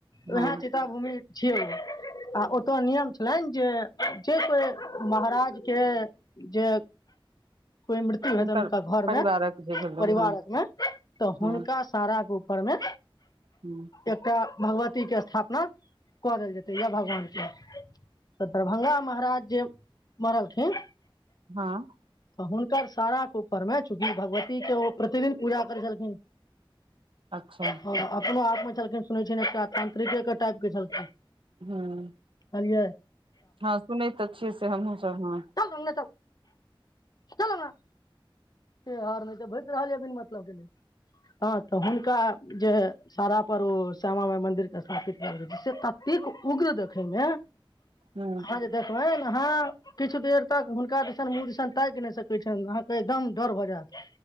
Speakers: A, on the left; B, on the right.
A: वएह
B: हँ
A: चीता भूमि छियौ आ ओतो नियम छलनि। जे कोइ महाराजके जे कोइ मृत्यु हेतनि
B: हुनकर
A: हुनका घर
B: परिवारक
A: मे
B: जे भेलनि
A: परिवार
B: हँ
A: मे तऽ हुनका
B: हँ
A: सारा परमे
B: ह
A: एकटा भगवती के स्थापना कऽ देल जेतै या भगवान के। तऽ दरभंगा महाराज जे मरलखिन
B: हँ
A: तऽ हुनकर साराके ऊपरमे चूँकि भगवतीके ओ प्रतिदिन पूजा करै छलखिन।
B: अच्छा
A: ह अपनो आप में छलखिन सुनय छियै एकटा तांत्रिके टाइप के छलखिन।
B: हँ
A: कहलियै
B: हँ सुने त छियै से हमूँ सब हँ।
A: चल अंगने चल चल अँगना हेहर नहि तऽ भूइक रहल या बिन मतलब के ह तऽ हुनका जे सारा पर ओ श्यामा माइ मन्दिर के स्थापित कएल गेल से ततेक उग्र देखेमे
B: ह
A: आहाँ जे देखबाइन आहाँ किछु देर तक हुनका दिसन मुँह दिसन ताकि नहि सकैत छियैन अहाँके एकदम डर भऽ जायत।